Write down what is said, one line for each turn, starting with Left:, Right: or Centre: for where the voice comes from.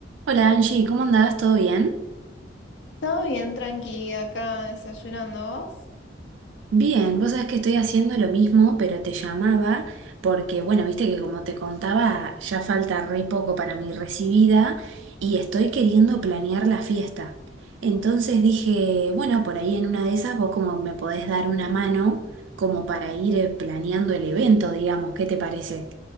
Right: Hola Angie, ¿cómo andás? ¿Todo bien?
Left: Todo bien, tranqui, acá desayunando vos.
Right: Bien, vos sabés que estoy haciendo lo mismo, pero te llamaba porque, bueno, viste que como te contaba, ya falta re poco para mi recibida y estoy queriendo planear la fiesta. Entonces dije, bueno, por ahí en una de esas vos como me podés dar una mano como para ir eh, planeando el evento, digamos, ¿qué te parece?